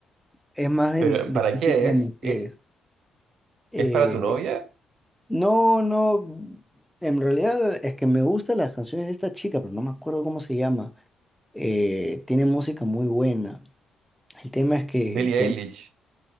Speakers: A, in the centre; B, on the right.
A: es más de,
B: ¿Pero
A: de
B: para
A: música
B: qué
A: de
B: es?
A: mujeres.
B: ¿E-
A: Eh,
B: ¿Es para tu novia?
A: No, no, en realidad es que me gustan las canciones de esta chica, pero no me acuerdo cómo se llama. Eh, tiene música muy buena. El tema es que,
B: Billie
A: que
B: Eilish.